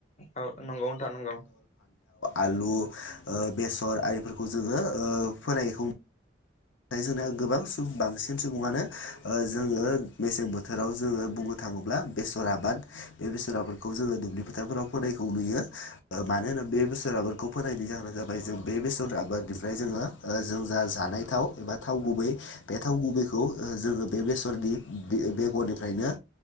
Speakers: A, on the left; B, on the left.
A: औ नंगौ नोंथां नंगौ
B: आलु ओ बेसर आरिफोरखौ जोङो ओ फोनायखौ नाथाय जोंना गोबां बांसिन सुबुङानो ओ जोङो मेसें बोथोराव जोङो बुंनो था ङोब्ला बेसर आबाद बेसर आबादखौ जोङो दुब्लि फोथारफोराव फोनायखौ नुयो। मानो होनना बे बेसोर फोनायनि जाहोना जाबाय जों बेसर आबादनिफ्राय जोङो जों जा जानाय थाव एबा गुबै बे थाव गुबैखौ जोङो बे बेसरनि बेगरनिफ्रायनो